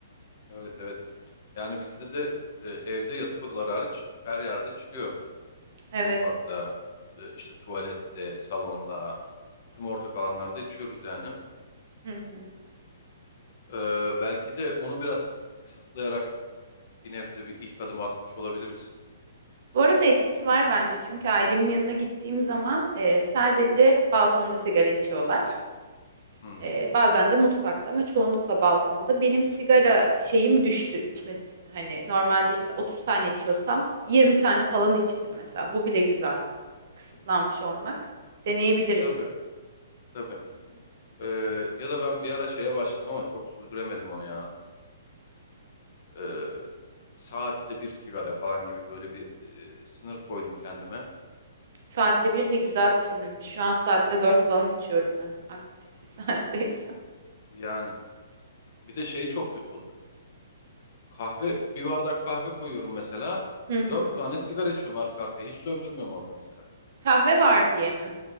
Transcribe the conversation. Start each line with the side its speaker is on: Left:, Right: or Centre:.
Left: Evet evet. Yani bizde de e, evde yatak odaları hariç her yerde içiliyor.
Right: Evet.
Left: Mutfakta, e, işte tuvalette, salonda, tüm ortak alanlarda içiyoruz yani.
Right: Hı hı.
Left: Ee, belki de onu biraz kısıtlayarak bir nebze bir ilk adım atmış olabiliriz.
Right: Bu arada etkisi var bence çünkü ailemin yanına gittiğim zaman e, sadece balkonda sigara içiyorlar.
Left: Hmm.
Right: Ee, bazen de mutfakta ama çoğunlukla balkonda. Benim sigara şeyim düştü içme. hani normalde işte 30 tane içiyorsam 20 tane falan içtim mesela. Bu bile güzel. Kısıtlanmış olmak. Deneyebiliriz.
Left: Tabii, tabii. Ee, ya da ben bir ara şeye başladım ama çok sürdüremedim onu ya. Ee, saatte bir sigara falan gibi böyle bir e, sınır koydum kendime.
Right: Saatte bir de güzel bir sınırmış. Şu an saatte 4 falan içiyorum ben. Aktif bir <laughs> saatteysen.
Left: Yani bir de şey çok kötü oluyor. Kahve, bir bardak kahve koyuyorum mesela.
Right: Hı hı.
Left: Dört tane sigara içiyorum arka arkaya. Hiç söndürmüyorum orada mesela.
Right: Kahve var diye mi?